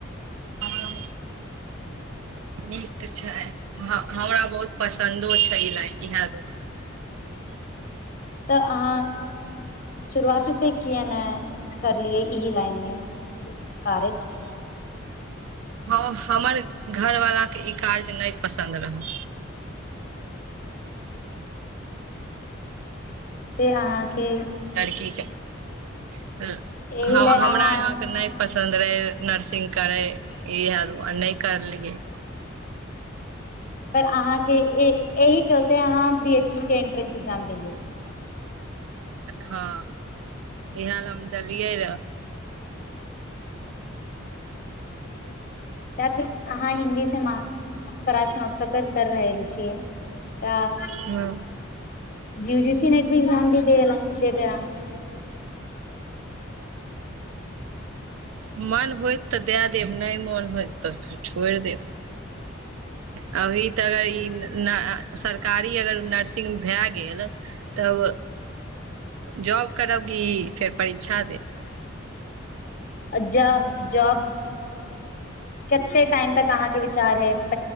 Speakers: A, on the right; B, on the left.
A: हँ नीक छै हमरा बहुत पसन्दो छै ई लाइन इएह दुआरे
B: तऽ अहाँ शुरुआतीसँ किए ने करलियै इह लाइन मे कारज
A: हँ हमर घरवालाक के ई कारज नहि पसन्द रहल
B: से अहाँके
A: लड़कीे के
B: एहि
A: हमरा
B: ले अहाँ
A: यहाँके नहि पसन्द रहै नर्सिंग करै इह नहि करलियै
B: पर अहाँके एहि चलते अहाँ बी एच यू के एंट्रेंस एक्जाम देलियै
A: हँ इहाल हम त अ दिय रह
B: त अहाँ हिन्दी से प्रास्नात्तर कर रहल छियै तऽ
A: हँ
B: यूजी सी नेट भी ए्जाम भी देबै अहाँ
A: मन होइत तऽ दए देब नहि मोन होइत तऽ छोड़ि देब अभी तऽ अगर ई सरकारी अगर नर्सिंग भए गेल तब जॉब करब की फेर परीक्षा देब
B: ज जॉब कते टाइम तक अहाँके विचार है